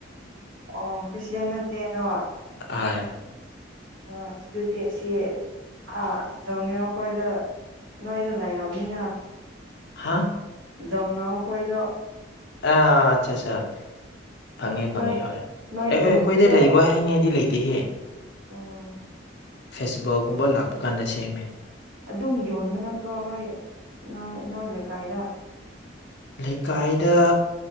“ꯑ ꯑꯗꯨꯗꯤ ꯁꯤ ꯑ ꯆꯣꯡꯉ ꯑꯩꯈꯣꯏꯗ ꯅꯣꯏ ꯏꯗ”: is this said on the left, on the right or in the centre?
Right